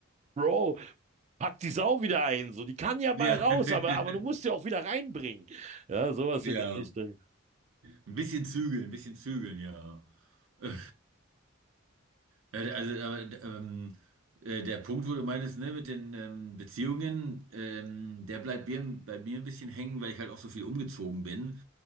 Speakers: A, on the right; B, on the right.
A: Bro, pack die Sau wieder ein. So, die kann ja
B: Ja.
A: mal raus,
B: <laughs>
A: aber, aber du musst sie auch wieder reinbringen. Ja, sowas
B: Ja.
A: in der Richtung.
B: Ein bisschen zügeln, ein bisschen zügeln, ja. <laughs> Äh, Also, äh, ähm, äh, der Punkt, wo du meintest, ne, mit den ähm, Beziehungen, ähm, der bleibt bei, bei mir ein bisschen hängen, weil ich halt auch so viel umgezogen bin.